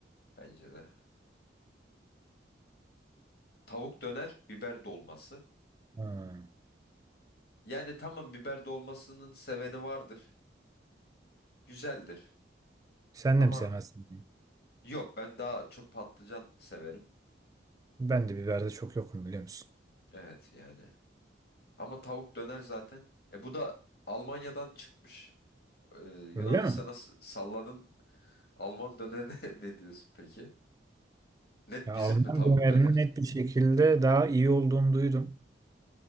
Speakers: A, on the left; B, on the right.
A: bence de. Tavuk döner, biber dolması.
B: Ha.
A: Yani tamam biber dolmasının seveni vardır. Güzeldir.
B: Sen
A: Ama
B: de mi sevmezsin?
A: yok ben daha çok patlıcan severim.
B: Ben de biberde çok yokum biliyor musun?
A: Evet yani. Ama tavuk döner zaten. E bu da Almanya'dan çıkmış. Ee, Yunanistan'a
B: Öyle mi?
A: s- salladın. Alman dönerine <laughs> ne diyorsun peki? Net
B: Ya
A: bizim
B: Alman
A: mi tavuk
B: dönerinin
A: döner?
B: net bir şekilde daha iyi olduğunu duydum.